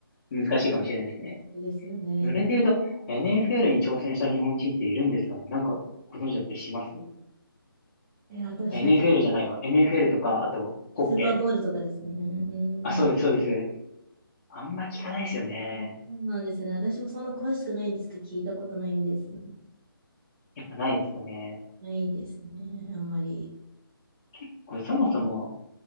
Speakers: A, on the left; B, on the right.
A: 難しいかもしれないですね。
B: そうですよね。
A: それで言うと、NFL に挑戦した日本人っているんですかねなんかご存知だったりします
B: え、私は、
A: ?NFL じゃないわ。NFL とか、あと、ホッケー。
B: スーパーボールとかですよね。うん。
A: あ、そうです、そうです。あんま聞かないですよね。
B: そうなんですよね。私もそんな詳しくないんですけど、聞いたことないんですよね。
A: やっぱないですかね。
B: ないですね。あんまり。
A: 結構そもそも、